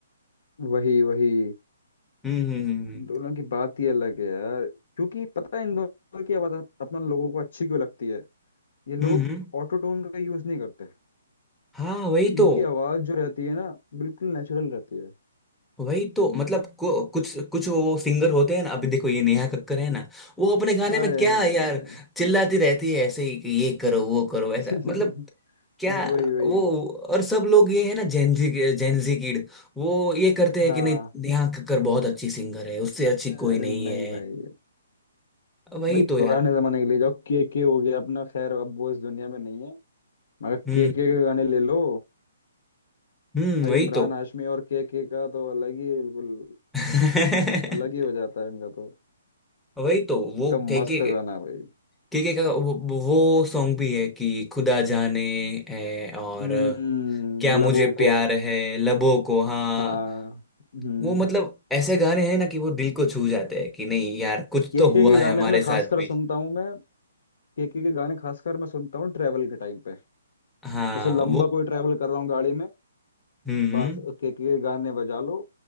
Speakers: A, on the left; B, in the centre.
A: वही वही
B: हम्म हम्म हम्म
A: दोनों की बात ही अलग है यार क्योंकि पता है इन दोनों की आवाज अपन लोगों को अच्छी क्यों लगती है ये लोग
B: हम्म हम्म, हम्म।
A: ऑटो टोन का यूज नहीं करते
B: हाँ वही
A: इनकी
B: तो
A: आवाज जो रहती है ना बिल्कुल नेचुरल रहती है
B: वही तो मतलब को, कुछ कुछ वो सिंगर होते हैं ना अभी देखो ये नेहा कक्कर है ना वो अपने गाने
A: आए
B: में क्या
A: हैं।
B: यार चिल्लाती रहती है ऐसे ही कि ये करो वो करो ऐसा
A: <laughs>
B: मतलब क्या
A: वही वही
B: वो और सब लोग ये है ना जेनजी जेनजी किड वो ये करते हैं
A: हाँ
B: कि नहीं नेहा कक्कर बहुत अच्छी सिंगर है उससे अच्छी
A: अरे
B: कोई नहीं
A: नहीं
B: है
A: भाई
B: वही
A: भाई
B: तो
A: पुराने
B: यार
A: जमाने के लिए जाओ के के हो गया अपना खैर अब वो इस दुनिया में नहीं है मगर के
B: हम्म
A: के के गाने ले लो
B: हम्म
A: भाई
B: वही
A: इमरान
B: तो
A: हाशमी और के के का तो अलग ही बिल्कुल
B: <laughs>
A: अलग ही हो जाता है इनका तो
B: वही तो
A: एकदम
B: वो कह
A: मस्त
B: के
A: गाना है भाई
B: केके का वो, वो सॉन्ग भी है कि खुदा जाने है और
A: हम्म
B: क्या मुझे
A: लबों
B: प्यार
A: को
B: है लबों को हाँ
A: हाँ हम्म
B: वो मतलब ऐसे गाने हैं ना कि वो दिल को छू जाते हैं कि नहीं यार कुछ
A: केके
B: तो हुआ
A: के
B: है
A: गाने
B: हमारे
A: में खासकर
B: साथ भी
A: सुनता हूँ मैं केके के गाने खासकर मैं सुनता हूँ ट्रैवल के टाइम पे
B: हाँ
A: जैसे लंबा
B: वो
A: कोई ट्रैवल कर रहा हूँ गाड़ी में
B: हम्म
A: बस
B: हम्म।
A: केके के गाने बजा लो